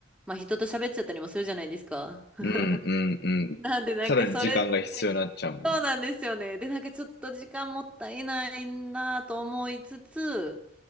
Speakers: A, in the centre; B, on the left.
A: まあ人と喋っちゃったりもするじゃないですか。<laughs>
B: うんうんうん。
A: なんでなんかそれで、
B: さらに時間が必要になっちゃうもんね。
A: そうなんですよね。で、なんかちょっと時間もったいないなと思いつつ、